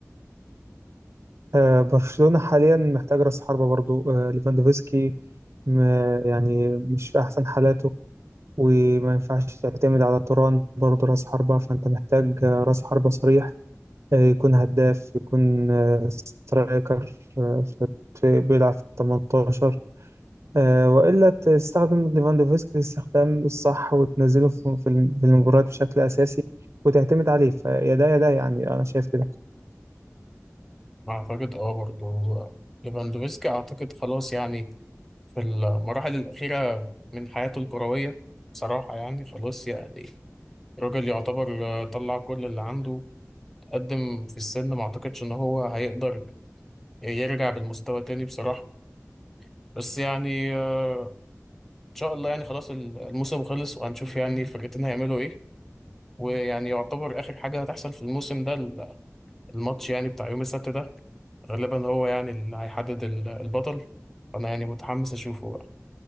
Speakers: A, on the right; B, in the centre.
A: آه، برشلونة حاليا محتاج رأس حربة برضو آه، ليفاندوفسكي م- يعني مش في أحسن حالاته وما ينفعش تعتمد على توران برضو رأس حربة فأنت محتاج آه، رأس حربة صريح آه، يكون هداف يكون آه، سترايكر آه، في- في- بيلعب في 18 آه، وإلا تستخدم ليفاندوفسكي الاستخدام الصح وتنزله في في الم- في المباريات بشكل أساسي وتعتمد عليه فيا ده يا ده يعني أنا شايف كده
B: اعتقد اه برضه ليفاندوفسكي اعتقد خلاص يعني في المراحل الاخيره من حياته الكرويه بصراحه يعني خلاص يعني الراجل يعتبر آه، طلع كل اللي عنده قدم في السن ما اعتقدش ان هو هيقدر يرجع بالمستوى تاني بصراحة بس يعني آه، ان شاء الله يعني خلاص ال- الموسم خلص وهنشوف يعني الفرقتين هيعملوا ايه ويعني يعتبر اخر حاجة هتحصل في الموسم ده ال- الماتش يعني بتاع يوم السبت ده غالبا هو يعني اللي هيحدد ال- البطل فانا يعني متحمس اشوفه بقى.